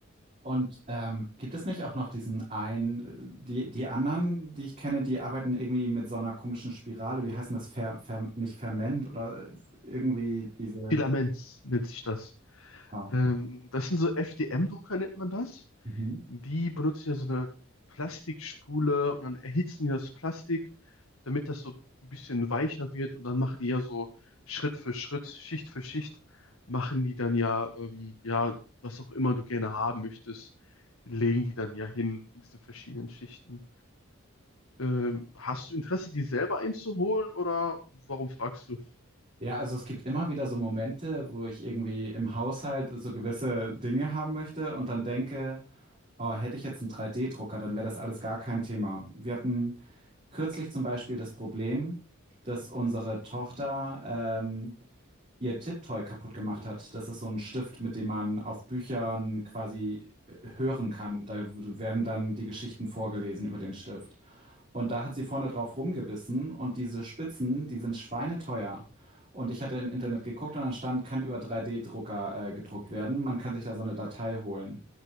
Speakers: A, on the right; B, on the left.
A: Und ähm, gibt es nicht auch noch diesen einen, äh, die, die anderen, die ich kenne, die arbeiten irgendwie mit so einer komischen Spirale, wie heißt denn das, Fer, Fer, nicht Ferment oder äh, irgendwie diese,
B: Filaments nennt sich das.
A: ja.
B: Ähm, das sind so FDM-Drucker, nennt man das.
A: Mhm.
B: Die benutzen ja so eine Plastikspule und dann erhitzen die das Plastik, damit das so ein bisschen weicher wird und dann machen die ja so Schritt für Schritt, Schicht für Schicht, machen die dann ja, ähm, ja, was auch immer du gerne haben möchtest, legen die dann ja hin in diesen verschiedenen Schichten. Ähm, hast du Interesse, die selber einzuholen oder warum fragst du?
A: Ja, also es gibt immer wieder so Momente, wo ich irgendwie im Haushalt so gewisse Dinge haben möchte und dann denke, oh, hätte ich jetzt einen 3D-Drucker, dann wäre das alles gar kein Thema. Wir hatten kürzlich zum Beispiel das Problem, dass unsere Tochter ähm, ihr Tipptoy kaputt gemacht hat. Das ist so ein Stift, mit dem man auf Büchern quasi äh, hören kann. Da werden dann die Geschichten vorgelesen über den Stift. Und da hat sie vorne drauf rumgebissen und diese Spitzen, die sind schweineteuer. Und ich hatte im Internet geguckt und dann stand, kann über 3D-Drucker äh, gedruckt werden. Man kann sich da so eine Datei holen.